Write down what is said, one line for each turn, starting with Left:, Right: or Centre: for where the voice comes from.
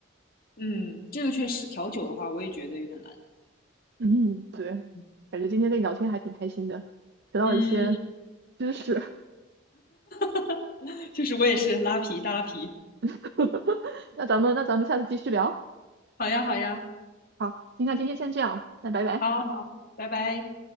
Left: 嗯，这个确实调酒的话，我也觉得有点难。
Right: 嗯，对，
Left: 嗯
Right: 感觉今天跟你聊天还挺开心的，
Left: 嗯
Right: 学到了一些
Left: 嗯，嗯
Right: 知识。
Left: <laughs> 就是我也是拉皮大拉皮。
Right: <laughs> 那咱们那咱们下次继续聊。
Left: 好呀好呀。
Right: 好，那今天先这样，那拜拜。
Left: 好好，拜拜。